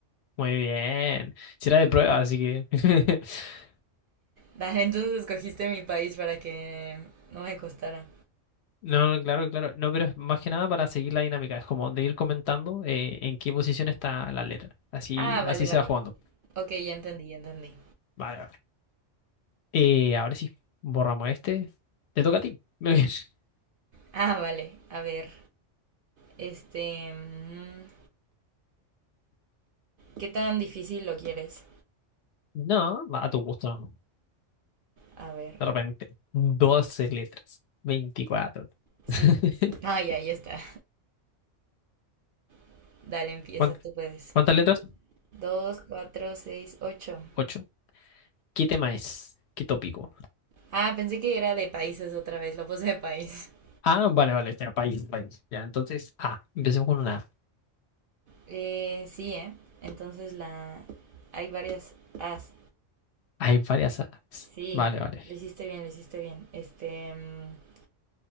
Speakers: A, on the left; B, on the right.
A: Muy bien. Será de prueba, así que. <laughs>
B: Dale, entonces escogiste mi país para que no me costara.
A: No, no, claro, claro. No, pero es más que nada para seguir la dinámica. Es como de ir comentando eh, en qué posición está la letra. Así,
B: Ah, vale,
A: así
B: vale.
A: se va jugando.
B: Ok, ya entendí, ya entendí.
A: Vale, vale. Eh, ahora sí, borramos este. Te toca a ti. <laughs>
B: Ah, vale. A ver, este... mm, ¿Qué tan difícil lo quieres?
A: No, va a tu gusto, no.
B: A ver,
A: De repente. 12 letras. veinticuatro.
B: sí.
A: <laughs>
B: No, ya, ya está. <laughs> Dale, empieza,
A: ¿Cuán-
B: tú puedes.
A: ¿Cuántas letras?
B: Dos, cuatro, seis, ocho.
A: ocho ¿Qué tema es? ¿Qué tópico?
B: Ah, pensé que era de países otra vez, lo puse de país. <laughs>
A: Ah, vale, vale, ya, país, país. Ya, entonces, A. Empecemos con una A.
B: Eh, sí, ¿eh? Entonces la... Hay varias as.
A: Hay varias A's.
B: Sí,
A: Vale, vale.
B: lo hiciste bien, lo hiciste bien. Este... mm,